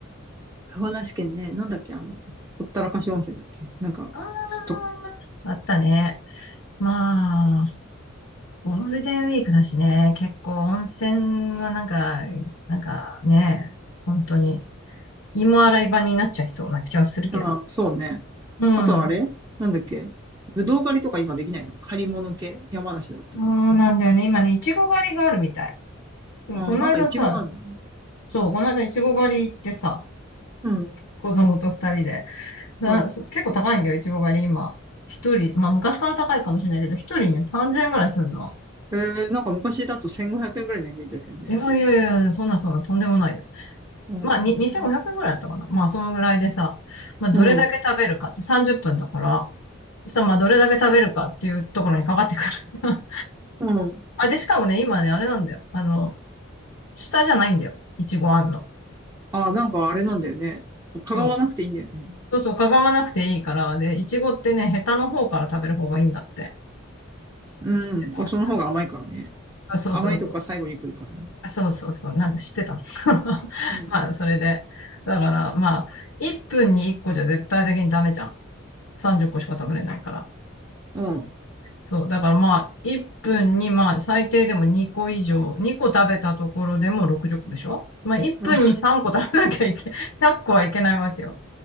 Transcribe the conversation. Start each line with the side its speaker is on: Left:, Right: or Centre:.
Right: 山梨県ね。なんだっけあの、ほったらかし温泉だっけなんか、
Left: あ
Right: ちょっと、
Left: あ、あったね。まあ、ゴールデンウィークだしね、結構温泉がなんか、なんかね、本当に芋洗い場になっちゃいそうな気はするけどね。
Right: ああ、そうね。
Left: うん、
Right: あとはあれなんだっけぶどう狩りとか今できないの借り物系山梨だったら。
Left: うん。そうなんだよね。今ね、いちご狩りがあるみたい。でもこの間さ、
Right: ああ、まだイチゴなんだね。
Left: そう、この間いちご狩り行ってさ、
Right: うん。
Left: 子供と二人で。なそ結構高いんだよ、
Right: うん。
Left: いちご狩り今。一人、まあ昔から高いかもしれないけど、一人ね、3000円ぐらいするの。
Right: えー、なんか昔だと1500円ぐらいのイメージだけどね。
Left: いやいやいや、そんなそんなとんでもないよ。
Right: うん。
Left: まあ、に2500円ぐらいだったかな。まあ、そのぐらいでさ、まあ、どれだけ食べるかって30分だから、
Right: うん。
Left: そしたらまあ、どれだけ食べるかっていうところにかかってくるさ。<laughs>
Right: うん。
Left: あ、で、しかもね、今ね、あれなんだよ。あの、下じゃないんだよ。いちごあんの。
Right: ああ、なんかあれなんだよね。かがわなくていいんだよね。
Left: そう。そうそう、かがまなくていいから、で、いちごってね、ヘタの方から食べる方がいいんだって。
Right: うん。
Left: 知ってた。
Right: おその方が甘いからね。
Left: あ、そうそうそう。
Right: 甘いとこが最後に来るからね。
Left: そうそうそう。なんで知ってたの <laughs>
Right: うん。
Left: まあ、それで。だから、まあ、1分に1個じゃ絶対的にダメじゃん。30個しか食べれないから。
Right: うん。
Left: そう。だからまあ、1分にまあ、最低でも2個以上、2個食べたところでも60個でしょまあ、1分に3個食べなきゃいけ、
Right: うん。
Left: <laughs> 100個はいけないわけよ。